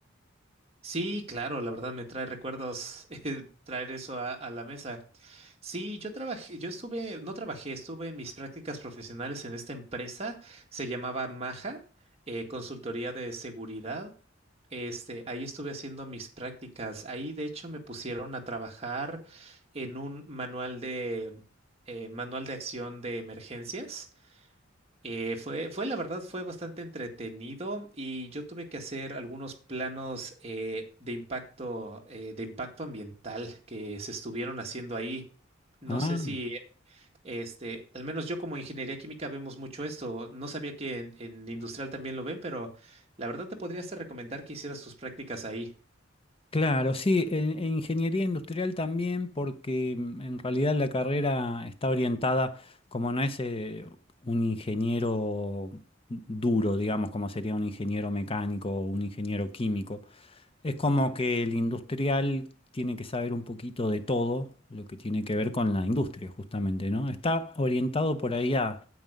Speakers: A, on the right; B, on the left.
A: Sí, claro, la verdad me trae recuerdos <laughs> eh, traer eso a, a la mesa. Sí, yo trabajé, yo estuve, no trabajé, estuve en mis prácticas profesionales en esta empresa, se llamaba Maja, eh, consultoría de seguridad. Este, ahí estuve haciendo mis prácticas. Ahí, de hecho, me pusieron a trabajar en un manual de eh, manual de acción de emergencias. Eh, fue, fue, la verdad, fue bastante entretenido y yo tuve que hacer algunos planos eh, de impacto, eh, de impacto ambiental que se estuvieron haciendo ahí. No
B: Ah.
A: sé si, este, al menos yo como ingeniería química vemos mucho esto. No sabía que en, en industrial también lo ven, pero la verdad te podrías recomendar que hicieras tus prácticas ahí.
B: Claro, sí, en, en ingeniería industrial también, porque mm, en realidad la carrera está orientada, como no es eh, un ingeniero duro, digamos, como sería un ingeniero mecánico o un ingeniero químico, es como que el industrial tiene que saber un poquito de todo lo que tiene que ver con la industria, justamente, ¿no? Está orientado por ahí a,